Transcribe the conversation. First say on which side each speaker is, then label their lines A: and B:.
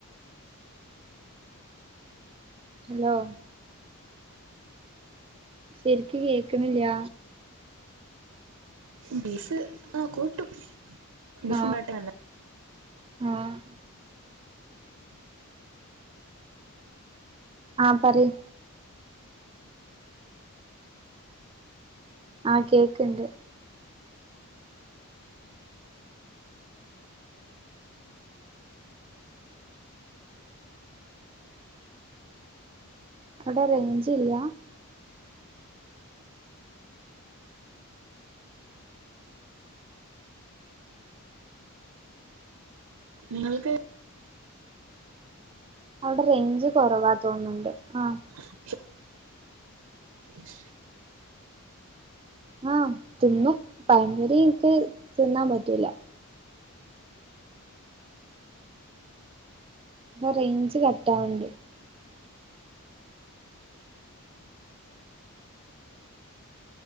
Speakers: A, on the right; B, on the right.
A: ഹലോ! ശരിക്ക് കേക്കുന്നില്ല.
B: ബീഫ് ആ കൂട്ടും ബീഫുണ്ടാക്കാന്
A: ആഹ് ആഹ് ആ പറയ്. ആ കേക്ക്ണ്ട്. അവിടെ റേഞ്ച് ഇല്ല.
B: നിങ്ങൾക്ക്
A: അവിടെ റേഞ്ച് കുറവാ തോന്നുണ്ട് ആ
B: ശ <inaudible> <inaudible>
A: ആ തിന്നും പഴംപൊരി എനിക്ക് തിന്നാൻ പറ്റൂല. അവിടെ റേഞ്ച് കട്ടാവ്ണ്ട്.